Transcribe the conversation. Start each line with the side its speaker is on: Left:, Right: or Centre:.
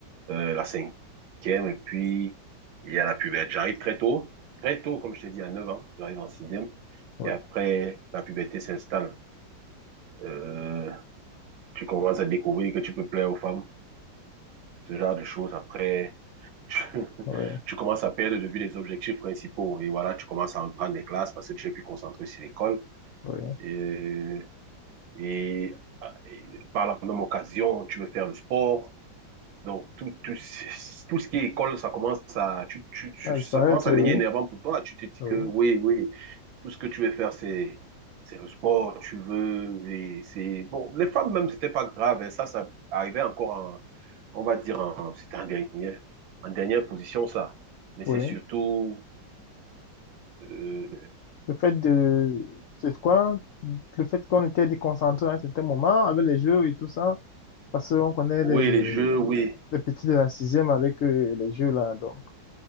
Right: euh, la cinquième, et puis il y a la puberté. J'arrive très tôt, très tôt, comme je t'ai dit, à 9 ans, j'arrive en sixième,
Left: Oui,
Right: et après, la puberté s'installe. Euh, tu commences à découvrir que tu peux plaire aux femmes, ce genre de choses. Après, tu, <laughs>
Left: oui,
Right: tu commences à perdre de vue les objectifs principaux. Et voilà, tu commences à reprendre les classes parce que tu es plus concentré sur l'école.
Left: oui.
Right: Et, et, et par la même occasion, tu veux faire le sport. Donc, tout, tout, tout ce qui est école, ça commence à, tu, tu, tu-
Left: À
Right: ça
Left: disparaître,
Right: commence à
Left: euh,
Right: devenir
Left: oui.
Right: énervant pour toi. Tu te dis
Left: Oui,
Right: que oui, oui, tout ce que tu veux faire, c'est, c'est le sport, tu veux, les- c'est, bon, les femmes même, c'était pas grave. hein. Ça, ça arrivait encore en, on va dire, en, c'était en dernière, en dernière position, ça. Mais
Left: oui.
Right: c'est surtout, euh,
Left: Le fait de... C'est quoi? Le fait qu'on était déconcentré à un certain moment avec les jeux et tout ça, parce qu'on connaît
Right: oui,
Left: les...
Right: les jeux, oui.
Left: les petits de la sixième avec euh, les jeux là, donc